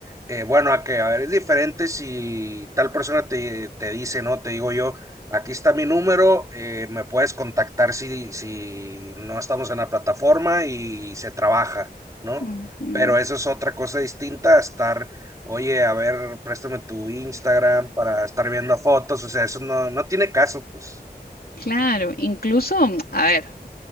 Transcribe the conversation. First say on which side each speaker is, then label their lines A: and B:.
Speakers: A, on the right (about 20°); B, on the left (about 65°).
A: eh, bueno, a que, a ver, es diferente si tal persona te, te dice, ¿no? Te digo yo. Aquí está mi número, eh, me puedes contactar si, si no estamos en la plataforma y se trabaja, ¿no?
B: Ujú.
A: Pero eso es otra cosa distinta a estar, oye, a ver, préstame tu Instagram para estar viendo fotos, o sea, eso no, no tiene caso, pues.
B: Claro, incluso, a ver,